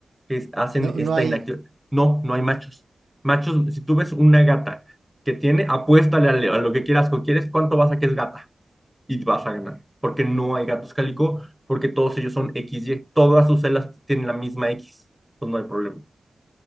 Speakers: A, in the centre; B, on the right.
A: que hacen
B: no,
A: esta
B: no hay.
A: inactividad. No, no hay machos. Machos, si tú ves una gata que tiene, apuéstale a, lo que quieras, que quieres, cuánto vas a que es gata y vas a ganar, porque no hay gatos cálico, porque todos ellos son XY, todas sus celas tienen la misma X, entonces no hay problema.